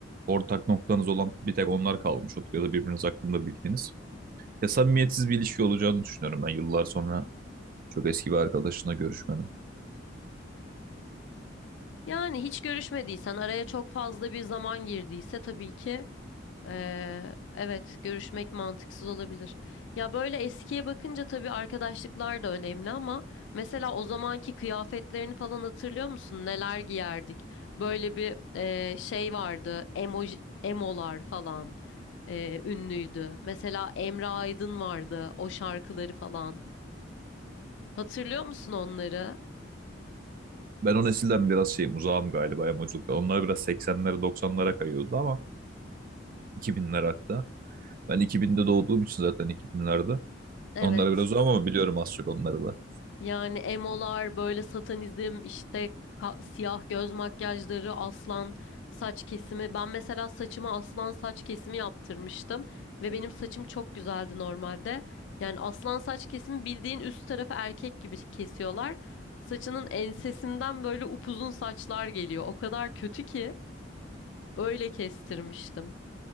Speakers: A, on the right (about 50°); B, on the left (about 70°).
A: ortak noktanız olan bir tek onlar kalmış olur ya da birbiriniz hakkında bildiğiniz. Ya samimiyetsiz bir ilişki olacağını düşünüyorum ben yıllar sonra çok eski bir arkadaşına görüşmenin.
B: Yani hiç görüşmediysen, araya çok fazla bir zaman girdiyse tabii ki Ee, evet, görüşmek mantıksız olabilir. Ya böyle eskiye bakınca tabii arkadaşlıklar da önemli ama mesela o zamanki kıyafetlerini falan hatırlıyor musun? Neler giyerdik? Böyle bir e, şey vardı, emo, emolar falan e, ünlüydü. Mesela Emre Aydın vardı, o şarkıları falan. Hatırlıyor musun onları?
A: Ben o nesilden biraz şeyim uzağım galiba yamuculukta. Onlar biraz 80'lere 90'lara kayıyordu ama 2000'lere hatta. Ben 2000'de doğduğum için zaten 2000'lerde.
B: Evet.
A: Onlara biraz uzağım ama biliyorum az çok onları da.
B: Yani emolar, böyle satanizm, işte ka- siyah göz makyajları, aslan saç kesimi. Ben mesela saçıma aslan saç kesimi yaptırmıştım ve benim saçım çok güzeldi normalde. Yani aslan saç kesimi bildiğin üst tarafı erkek gibi kesiyorlar. Saçının ensesinden böyle upuzun saçlar geliyor. O kadar kötü ki öyle kestirmiştim.